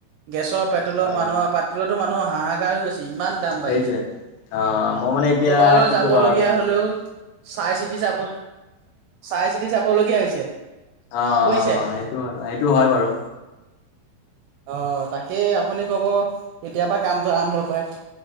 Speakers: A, on the right; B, on the left.
A: গেছৰ পেট্ৰলৰ
B: অ
A: মানুহৰ, পেট্ৰলৰটো মানুহৰ হাহাকাৰ হৈ গৈছে ইমান দাম
B: সেইটোৱে
A: বাঢ়িছে।
B: অ মই মানে এতিয়া
A: কবালৈ
B: কি
A: যাব
B: ক'বা
A: লগীয়া
B: আৰু
A: হলেও চাই চিতি যাব, চাই চিতি যাবলগীয়া হৈছে।
B: অ',
A: বুজিছে
B: অ', সেইটো হয় সেইটো হয় বাৰু।
A: অ', তাকেই, আপুনি ক'ব কেতিয়াপা কামটো আৰম্ভ কৰে।